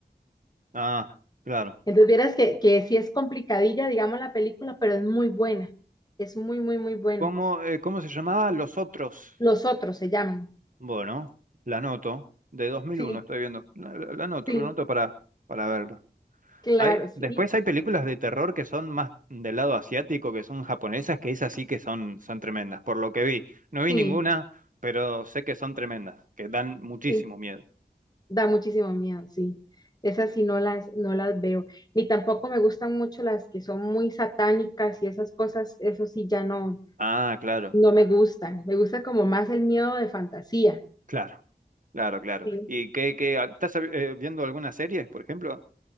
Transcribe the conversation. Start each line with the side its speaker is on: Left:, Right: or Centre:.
Right: Ah, claro.
Left: Entonces vieras que, que sí es complicadilla, digamos, la película, pero es muy buena, es muy, muy, muy buena.
Right: ¿Cómo, eh, cómo se llamaba Los Otros?
Left: Los otros se llaman.
Right: Bueno, la noto. De dos mil
Left: Sí,
Right: uno. estoy viendo. La, la- la noto,
Left: sí,
Right: la noto para, para verla.
Left: claro,
Right: Hay,
Left: sí,
Right: después hay películas de terror que son más del lado asiático, que son japonesas, que esas sí que son, son tremendas, por lo que vi. No vi
Left: sí,
Right: ninguna, pero sé que son tremendas, que dan muchísimo
Left: sí.
Right: miedo.
Left: Da muchísimo miedo, sí. Esas sí no las, no las veo. Ni tampoco me gustan mucho las que son muy satánicas y esas cosas, eso sí ya no,
Right: Ah, claro,
Left: no me gustan. Me gusta como más el miedo de fantasía.
Right: claro, claro, claro.
Left: Sí.
Right: ¿Y qué, qué, ah, estás eh, viendo alguna serie, por ejemplo?